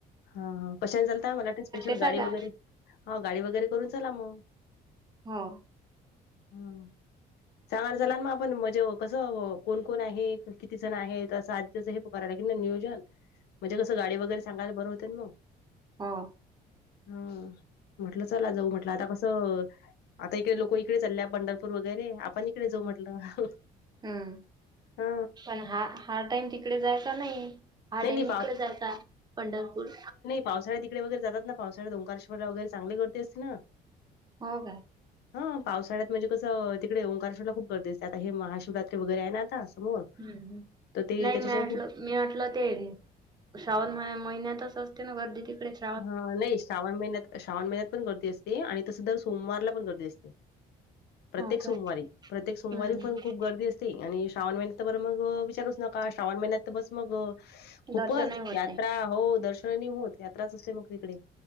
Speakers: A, on the left; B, on the right.
A: हा ह कशाने चालत मला वा स्पेशल
B: सांगा
A: गाडी वगैरे हा गाडी वगैरे करून ला मग.
B: हो
A: हो. सांगणार झाला म आपण म्हणजे कसं कोण कोण आहे किती जण आहेत असं. हे प करायला क नियोजन म्हणजे कसं गाडी वगैरे सांगायला बरं होते मग.
B: हो.
A: हा म्हटलं चला जाऊ म्हटलं आता कसं आता इकडे लोक इिकडे लल्या पंढरपूर वगैरे आपण इकडे जाऊ म्हटलं
B: हम्म
A: हा
B: पण हा हा टाइम तिकडे जायचा नाही. हहा
A: नाही
B: टाम
A: नाही
B: नििकळत जाय का पंढरपूर.
A: पावसाळ्या तिकडे वगैर जात ना पावसा्या डोंगारश्डा वगैर चांगले करते असते ना.
B: हो काय
A: हा पावसाळ्यात म्हणजे कसं तिकडे ओकारशाडला खूप गरजेचं आता हे महाशिवरात्री वगैरे आहे ना आता समोर
B: हम्म
A: तर ते
B: नाही
A: त्याच्याच्यान
B: मळाटलं.
A: खूप
B: मी म्हटलं ते श्रावण म महिन्यातच असते ना गर्दी त फ्रेश.
A: ह नाही श्रावण महिन्यात श्रावण महिन्यात पण गर्दी असते आणि तसं दर सोमवारला पण गर्दी असते. प्रत्येक
B: हो
A: सोमवारी
B: काय
A: प्रत्येक सोमवारी
B: हम्म
A: पण खूप गर्दी असते. श्रावण महिन्यात बर मग विचारू नका श्रवण महिन्यात. तर बस मग खूपच
B: दर्शनही होत
A: यात्रा
B: नाही
A: हो दर्शनानी होत यात्राच असते मग तिकडे.